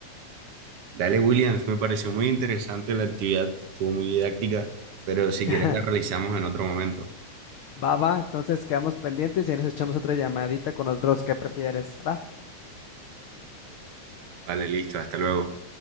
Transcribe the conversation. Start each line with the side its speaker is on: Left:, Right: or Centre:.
Right: Dale, Williams, me pareció muy interesante la actividad, estuvo muy didáctica, pero si
Left: <laughs>
Right: quieres la realizamos en otro momento.
Left: Va, va, entonces quedamos pendientes y ahí nos echamos otra llamadita con otros que prefieres. Va.
Right: Vale, listo, hasta luego.